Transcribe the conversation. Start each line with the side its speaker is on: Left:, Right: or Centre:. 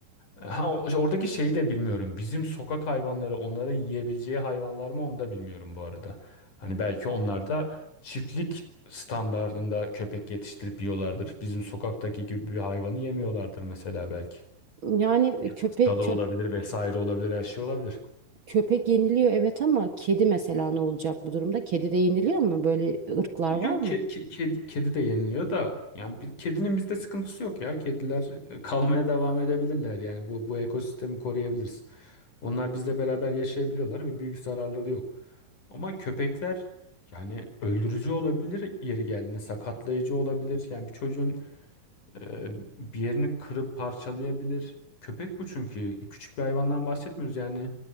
Left: Ha, o- oradaki şeyi de bilmiyorum. Bizim sokak hayvanları onların yiyebileceği hayvanlar mı onu da bilmiyorum bu arada. Hani belki onlar da çiftlik standardında köpek yetiştirip yiyorlardır. Bizim sokaktaki gibi bir hayvanı yemiyorlardır mesela belki.
Right: Yani köpek
Left: Hastalığı olabilir vesaire olabilir her şey olabilir.
Right: köpek yeniliyor evet ama kedi mesela ne olacak bu durumda? Kedi de yeniliyor mu? Böyle ırklar
Left: Yok
Right: var mı?
Left: ke- kedi, kedi de yeniliyor da yani bir, kedinin bizde sıkıntısı yok ya. Kediler e, kalmaya devam edebilirler yani bu bu ekosistemi koruyabiliriz. Onlar bizle beraber yaşayabiliyorlar ve büyük zararları yok. Ama köpekler yani öldürücü olabilir yeri geldiğinde sakatlayıcı olabilir. Yani bir çocuğun ee, bir yerini kırıp parçalayabilir. Köpek bu çünkü. Küçük bir hayvandan bahsetmiyoruz. Yani